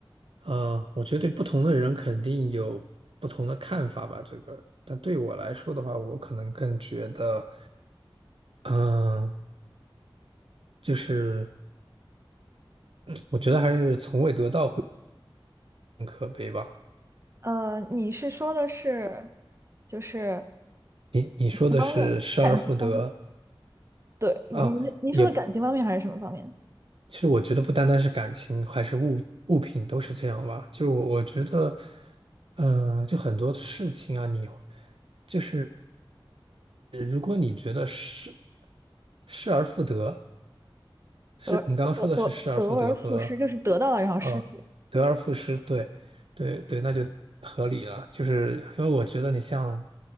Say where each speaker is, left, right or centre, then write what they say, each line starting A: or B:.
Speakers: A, on the right; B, on the right.
A: 呃，我觉得对不同的人肯定有不同的看法吧。这个，但对我来说的话，我可能更觉得，嗯、就是 <tsk> 我觉得还是从未得到会更可悲吧。
B: 呃，你是说的是，就是
A: 你你说的是失而复得
B: 一方面，感情方面，对，你你说的感情方面还是什么方面？
A: 啊，也其实我觉得不单单是感情，还是物物品都是这样吧。就是我我觉得，嗯、就很多事情啊，你就是。如果你觉得失失而复得，是你刚刚说的是失而复得和
B: 得得得得得而复失，就是得到了然后失去。
A: 呃得而复失，对对对，那就合理了。就是因为我觉得你像